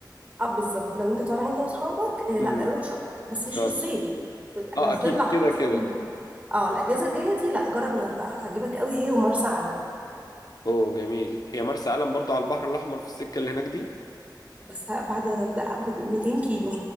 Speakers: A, on the right; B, on the left.
A: أه بالظبط لو أنت طالع أنت وأصحابك آه، لا
B: امم
A: روح شرم بس
B: شرم
A: مش في الصيف في-
B: اه
A: لو هتطلع
B: اكيد
A: خلاص
B: كده كده
A: ال... اه الأجازة الجاية دي لا جرب الغردقة هتعجبك قوي هي ومرسى علم
B: اوه جميل هي مرسى علم برضو على البحر الاحمر في السكه اللي هناك دي
A: بس بعد الغردقة ب 200 كيلو